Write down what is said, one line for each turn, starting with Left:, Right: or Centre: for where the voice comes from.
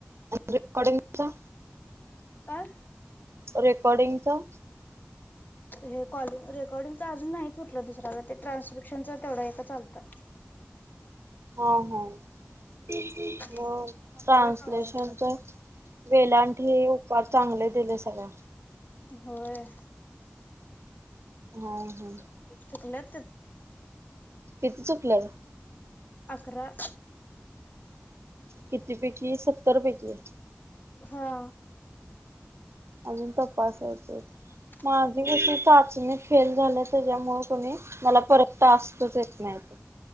Right: रेकॉडिंग चां
Left: आ
Right: रेकॉर्डिंगचां
Left: हे कॉलिंग रेकॉर्डिंगच अजूंन नाहीं तुटलं दुसऱ्यां ते ट्रान्सपॅक्शनचा तेवढं एक चालतं
Right: ह हो मग
Left: बघूया
Right: ट्रान्सलेशन
Left: कवा येतात
Right: तर वेलांठी उकार चांगले दिले सगळ.
Left: होय.
Right: हा हा.
Left: चुकलत.
Right: किती चुकलं.
Left: अकरा.
Right: किती पैकी सत्तर पैकी.
Left: हा.
Right: अजून तपासायचे माझी
Left: हम्म
Right: क चाचणी फेल झाल्या त्याच्यामुळे कोणी मला परतत असतच येत नाही.